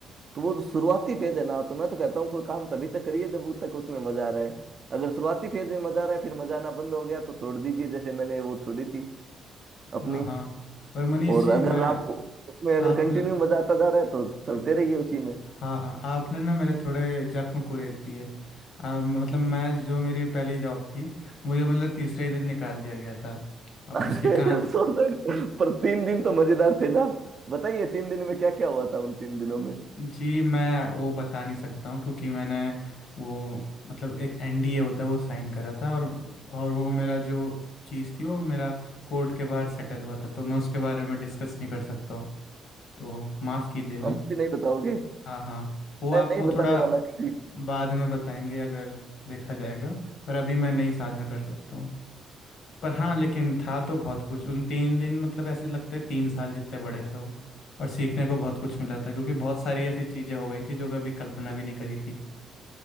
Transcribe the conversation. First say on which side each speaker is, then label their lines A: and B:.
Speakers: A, on the right; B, on the left.
A: तो वो जो शुरुआती फेज है ना तो मैं तो कहता हूँ कोई काम तभी तक करिए जब तक उसमें मजा आ रहा है अगर शुरुआती फेज में मजा आ रहा है फिर मजा आना बंद हो गया तो छोड़ दीजिए जैसे मैंने वो छोड़ी थी अपनी
B: हाँ हाँ पर मनीष
A: और
B: जी
A: अगर
B: मैं
A: आपको उसमें अगर
B: आपने
A: कंटिन्यू मजा आता जा रहा है तो चलते रहिए उसी में
B: हाँ हाँ आपने ना मेरे थोड़े जख्म कुरेद दिए आ, मतलब मैं जो मेरी पहली जॉब थी मुझे मतलब तीसरे ही दिन निकाल दिया गया था अब
A: <laughs>
B: उसकी कहाँ
A: सो तक पर तीन दिन तो मजेदार थे ना बताइए तीन दिन में क्या क्या हुआ था उन तीन दिनों में
B: जी मैं वो बता नहीं सकता हूँ क्योंकि मैंने वो मतलब एक एनडीए होता है वो साइन करा था और और वो मेरा जो चीज़ थी वो मेरा कोर्ट के बाहर सेटल हुआ था तो मैं उसके बारे में डिस्कस नहीं कर सकता हूँ तो माफ़ कीजिएगा
A: हम भी नहीं बताओगे
B: हाँ हाँ वो आपको
A: मैं नहीं बताने
B: थोड़ा
A: वाला किसी
B: बाद में बताएंगे अगर देखा जाएगा पर अभी मैं नहीं साझा कर सकता हूँ पर हाँ लेकिन था तो बहुत कुछ उन तीन दिन मतलब ऐसे लगते हैं तीन साल जितने बड़े थे वो और सीखने को बहुत कुछ मिला था क्योंकि बहुत सारी ऐसी चीज़ें हो गई थी जो कभी कल्पना भी नहीं करी थी